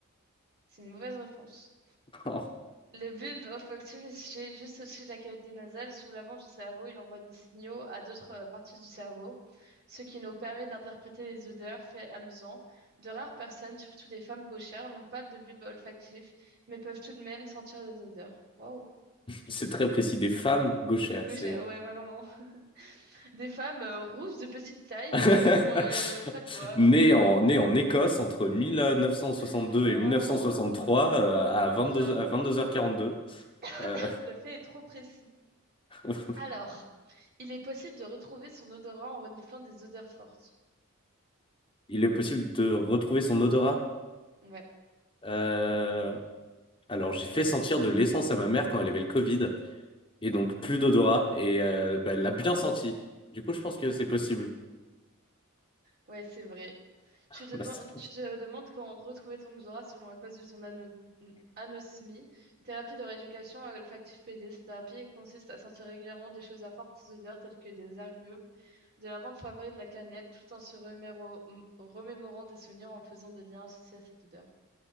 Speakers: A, on the right; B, on the left.
A: C'est une mauvaise réponse.
B: <laughs>
A: Le bulbe olfactif est situé juste au-dessus de la cavité nasale, sous l'avant du cerveau. Il envoie des signaux à d'autres euh, parties du cerveau, ce qui nous permet d'interpréter les odeurs, fait amusant. De rares personnes, surtout des femmes gauchères, n'ont pas de bulbe olfactif, mais peuvent tout de même sentir les odeurs. Waouh!
B: c'est très précis, des femmes gauchères.
A: Gauchères,
B: C'est
A: ouais, vraiment. Des femmes euh, rousses de petite taille
B: <laughs>
A: euh, qui ont euh, pas de doigts.
B: né
A: euh,
B: en, né en Écosse entre 1962
A: <laughs> Ah,
B: et 1963
A: vraiment.
B: euh, à 22,
A: Genre,
B: à 22h42.
A: <laughs>
B: Euh,
A: le fait est trop précis.
B: <laughs>
A: Alors, il est possible de retrouver son odorant en reniflant des odeurs fortes.
B: il est possible de retrouver son odorat.
A: Ouais.
B: Euh, alors, j'ai fait sentir de l'essence à ma mère quand elle avait le Covid, et donc plus d'odorat, et euh, bah, elle l'a bien senti. Du coup, je pense que c'est possible.
A: Ouais, c'est vrai. Tu,
B: <laughs>
A: demandes,
B: Masterclass.
A: tu te demandes comment retrouver ton odorat selon la cause de ton ano- anosmie. Une thérapie de rééducation olfactive PD, cette thérapie consiste à sentir régulièrement des choses à fortes odeurs telles que des agrumes, de l'amande, poivrée et de la cannelle, tout en se reméro- m- remémorant des souvenirs en faisant des liens associés à cette odeur.